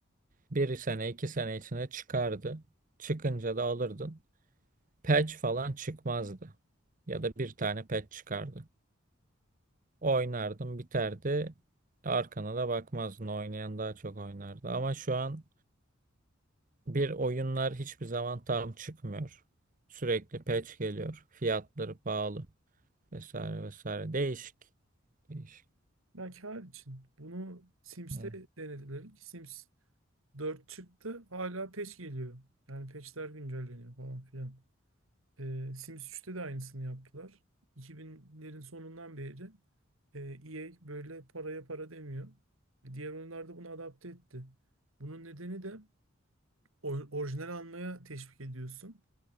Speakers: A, on the right (about 40°); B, on the right (about 85°).
A: Bir sene iki sene içine çıkardı. Çıkınca da alırdın. Patch falan çıkmazdı. Ya da bir tane patch çıkardı. Oynardın biterdi. Arkana da bakmazdın. Oynayan daha çok oynardı. Ama şu an bir oyunlar hiçbir zaman tam çıkmıyor. Sürekli patch geliyor. Fiyatları pahalı. vesaire vesaire. Değişik. Değişik.
B: Ya kâr için. Bunu Sims'te
A: Evet.
B: denediler ki Sims 4 çıktı. Hala patch geliyor. Yani patchler güncelleniyor falan filan. Ee, Sims 3'te de aynısını yaptılar. 2000'lerin sonundan beri e, EA böyle paraya para demiyor. E, Diğer oyunlarda bunu adapte etti. Bunun nedeni de or- orijinal almaya teşvik ediyorsun.